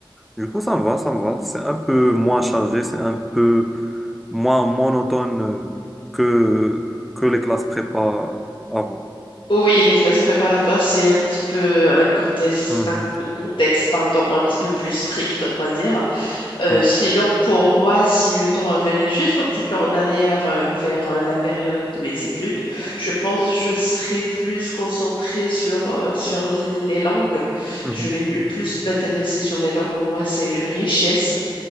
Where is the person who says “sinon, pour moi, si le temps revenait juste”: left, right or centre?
Left